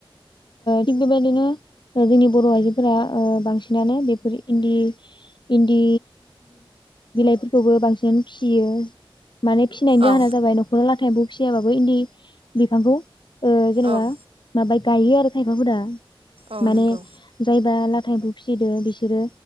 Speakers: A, on the left (about 55°); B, on the right (about 75°).
A: थिग बेबायदिनो जोंनि बर' आइजोफोरा ओ बांसिनानो बेफोर इन्दि इन्दि बिलाइफोरखौबो बांसिन फिसियो माने फिसिनायनि
B: औ
A: जाहोना जाबाय नखराव लाथा एम्फौ फिसियाबाबो इन्दि बिफांखौ जेनेबा
B: औ
A: माबा गायो आरो खायफाफोरा
B: औ
A: माने
B: नंगौ
A: जायबा ला था एम्फौ फिसिदो बिसोरो